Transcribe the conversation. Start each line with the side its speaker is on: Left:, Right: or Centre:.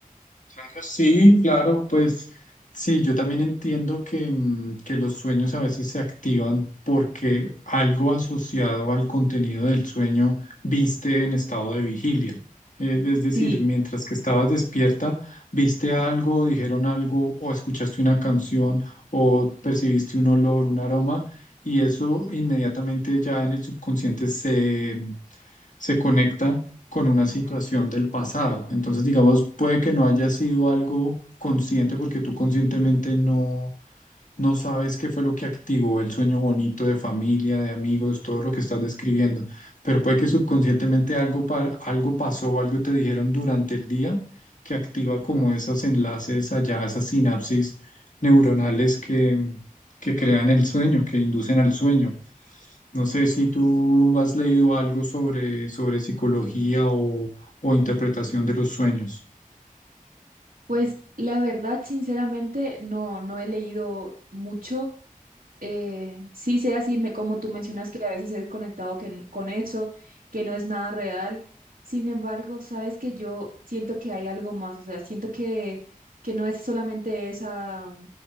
Left: claro, sí, claro, pues sí, yo también entiendo que, mm, que los sueños a veces se activan porque algo asociado al contenido del sueño viste en estado de vigilia. Eh, es decir,
Right: Sí,
Left: mientras que estabas despierta, viste algo, dijeron algo, o escuchaste una canción, o percibiste un olor, un aroma, y eso inmediatamente ya en el subconsciente se se conecta con una situación del pasado. Entonces, digamos, puede que no haya sido algo consciente porque tú conscientemente no, no sabes qué fue lo que activó el sueño bonito de familia, de amigos, todo lo que estás describiendo, pero puede que subconscientemente algo, pa- algo pasó o algo te dijeron durante el día que activa como esos enlaces allá, esas sinapsis neuronales que, que crean el sueño, que inducen al sueño. No sé si tú has leído algo sobre, sobre psicología o, o interpretación de los sueños.
Right: pues la verdad, sinceramente, no, no he leído mucho. eh, sí sea así, me, como tú mencionas que a veces he desconectado que n- con eso, que no es nada real. Sin embargo, sabes que yo siento que hay algo más, o sea, siento que, que no es solamente esa,